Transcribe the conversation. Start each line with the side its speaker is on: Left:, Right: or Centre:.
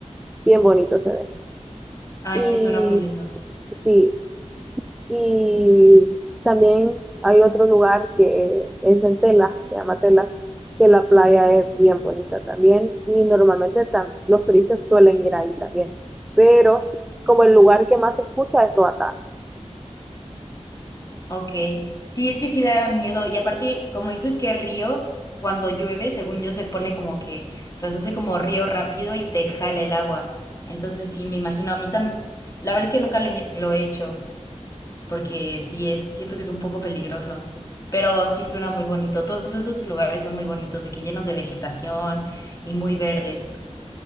Centre: Bien bonito se ve.
Left: ay,
Centre: Y
Left: sí, suena muy lindo.
Centre: sí, y también hay otro lugar que es en Tela, se llama Tela, que la playa es bien bonita también. Y normalmente tam- los turistas suelen ir ahí también. Pero como el lugar que más se escucha es Roatán.
Left: Ok, sí, es que sí da miedo, y aparte, como dices que río, cuando llueve, según yo, se pone como que, o sea, se hace como río rápido y te jala el agua. Entonces, sí, me imagino, a mí también, la verdad es que nunca lo lo he hecho. porque sí es, siento que es un poco peligroso, pero sí suena muy bonito. Todos esos lugares son muy bonitos, de que llenos de vegetación y muy verdes.